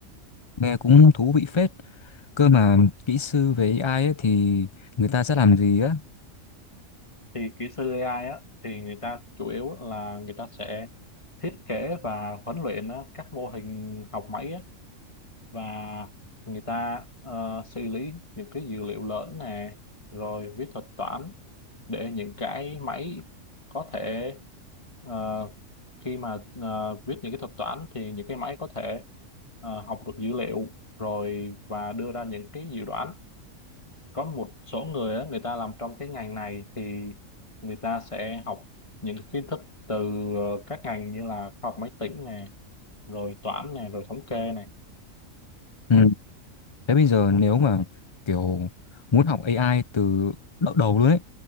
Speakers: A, on the left (about 45°); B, on the left (about 25°).
A: Nghe cũng thú vị phết. Cơ mà kỹ sư về AI ấy thì người ta sẽ làm gì á?
B: thì kỹ sư AI á, thì người ta chủ yếu là người ta sẽ thiết kế và huấn luyện á, các mô hình học máy á, và người ta ờ, xử lý những cái dữ liệu lớn nè rồi viết thuật toán để những cái máy có thể ờ, khi mà ờ, viết những cái thuật toán thì những cái máy có thể ờ, học được dữ liệu rồi và đưa ra những cái dự đoán có một số người á, người ta làm trong cái ngành này thì người ta sẽ học những cái kiến thức từ ờ, các ngành như là khoa học máy tính nè rồi toán nè rồi thống kê nè
A: Ừ. Thế bây giờ nếu mà kiểu muốn học AI từ đỡ đầu luôn ấy